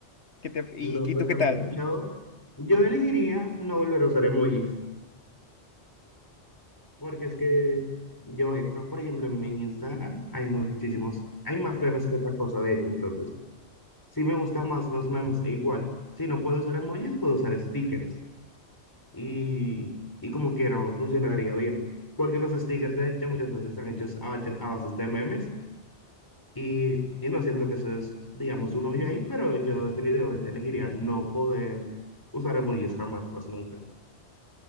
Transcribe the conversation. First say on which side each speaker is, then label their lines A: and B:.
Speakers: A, on the left; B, on the left.
A: ¿Qué te- y,
B: No, pues
A: y tú qué
B: a
A: tal?
B: mí, yo, yo elegiría no volver a usar emojis, porque es que yo entro, por ejemplo, en mi Instagram, hay muchísimos, hay más memes que otra cosa, de hecho, entonces. Sí me gustan más los memes, e igual. Si no puedo usar emojis, puedo usar stickers. Y, y como quiera, funcionaría bien. Porque los stickers, de hecho, muchas veces están hechos a, bache- a bases de memes. Y, y no siento que eso es, digamos, un hoyo ahí, pero yo definitivamente elegiría no poder usar emojis jamás, más nunca.